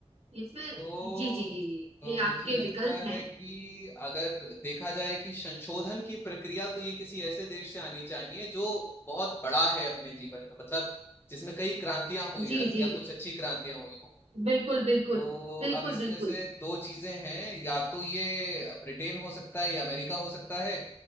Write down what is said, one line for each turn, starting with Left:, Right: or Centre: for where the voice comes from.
Right: ये फिर
Left: तो
Right: जी जी जी जी
Left: अ,
Right: ये
Left: मुझे
Right: आपके
Left: लगता
Right: विकल्प हैं
Left: है कि अगर देखा जाए कि संशोधन की प्रक्रिया तो ये किसी ऐसे देश से आनी चाहिए जो बहुत बड़ा है अपने जीवन में मतलब जिसमें कई क्रांतियां हुई
Right: जी
Left: हो
Right: जी
Left: या कुछ अच्छी क्रांतियां हुई हो
Right: बिल्कुल बिल्कुल
Left: तो
Right: बिल्कुल
Left: अब इसमें
Right: बिल्कुल
Left: से दो चीजें हैं या तो ये ब्रिटेन हो सकता है या अमेरिका हो सकता है